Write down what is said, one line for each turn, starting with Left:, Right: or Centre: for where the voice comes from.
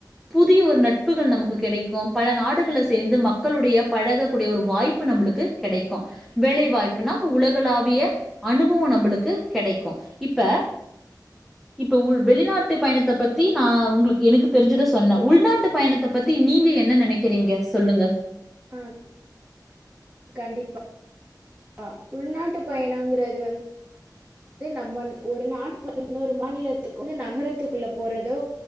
Centre: புதிய ஒரு நட்புகள் நமக்கு கெடைக்கு பல நாடுகள சேந்து மக்களுடைய பழகக்கூடிய ஒரு வாய்ப்பு நம்மளுக்கு கெடைக்கு வேலை வாய்ப்புனா இப்ப உலகளாவிய அனுபவோ நம்பளுக்கு கெடைக்கு இப்ப இப்ப உள் வெளிநாட்டுப் பயணத்த பத்தி நா உங்களுக்கு எனக்கு தெரிஞ்சுத சொன்னே உள்நாட்டுப் பயணத்த பத்தி நீங்க என்ன நெனைக்கிறீங்க சொல்லுங்க
Right: ஆ கண்டிப்பா ஆ உள்நாட்டு பயணோங்கிறது வந் நம்ம ஒரு நாட் இன்னொரு மாநிலத்துக்கு வந்து நகரத்துக்குள்ள போறதோ